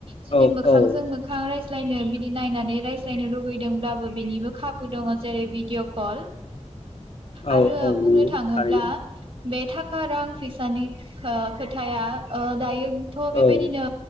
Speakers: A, on the right; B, on the left.
A: जुदि
B: औ औ
A: मोखांजों
B: औ
A: मोखां राय ज्लायनो बिदि नायनानै रायज्लायनो लुगैदोंब्लाबो बेनिबो खाबु दङ जेरै भिडिअ कल।
B: औ
A: आरो
B: नंगौ
A: बुंनो थाङोब्ला
B: थारैनो
A: बे थाखा रां फैसानि ओ खोथाया ओ दायो थ बेबायदिनो
B: औ